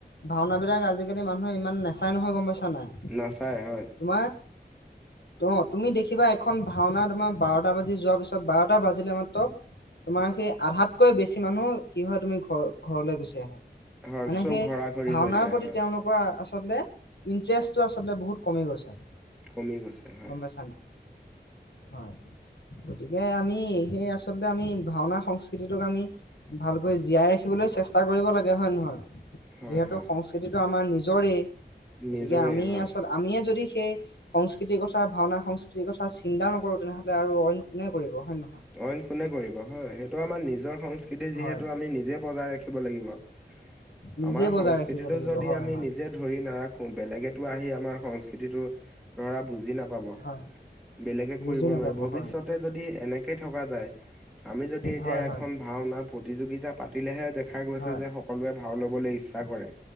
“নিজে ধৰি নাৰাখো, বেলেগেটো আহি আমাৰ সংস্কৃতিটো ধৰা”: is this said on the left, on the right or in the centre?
Centre